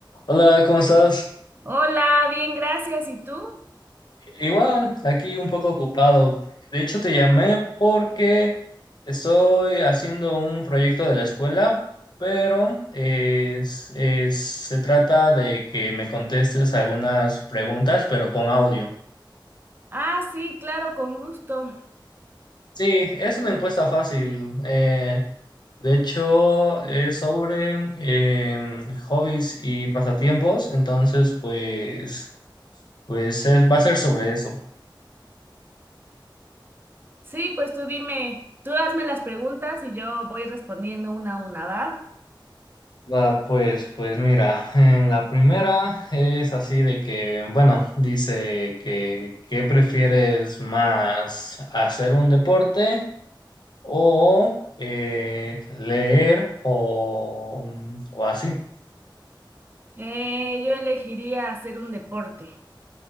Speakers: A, on the left; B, on the right.
A: Hola, ¿cómo estás?
B: Hola, bien, gracias. ¿Y tú?
A: Igual, aquí un poco ocupado. De hecho, te llamé porque estoy haciendo un proyecto de la escuela, pero es- es- se trata de que me contestes algunas preguntas, pero con audio.
B: Ah, sí, claro, con gusto.
A: Sí, es una encuesta fácil. eh, de hecho, es sobre em, hobbies y pasatiempos, entonces, pues, pues es- va a ser sobre eso.
B: Sí, pues tú dime, tú hazme las preguntas y yo voy respondiendo una a una, ¿va?
A: Va, pues, pues mira, eh, la primera es así de que, bueno, dice que ¿qué prefieres más, hacer un deporte o eh, leer o, mm, o así?
B: Eh, yo elegiría hacer un deporte.